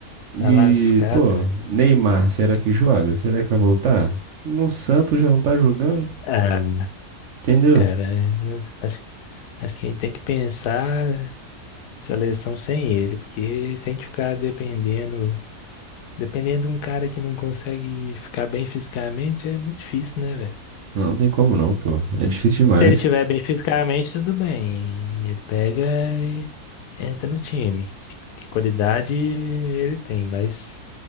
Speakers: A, on the right; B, on the left.
A: E,
B: tá lascado.
A: pô, Neymar, será que joga? Será que vai voltar? No Santos já não tá jogando,
B: Ah,
A: entendeu?
B: cara, não- acho Acho que a gente tem que pensar seleção sem ele, porque se a gente ficar dependendo, dependendo de um cara que não consegue ficar bem fisicamente, é muito difícil, né, velho?
A: Não, não tem como não, pô. É difícil
B: Se
A: demais.
B: ele estiver bem fisicamente, tudo bem. Ele pega e entra no time. Que que qualidade ele tem, mas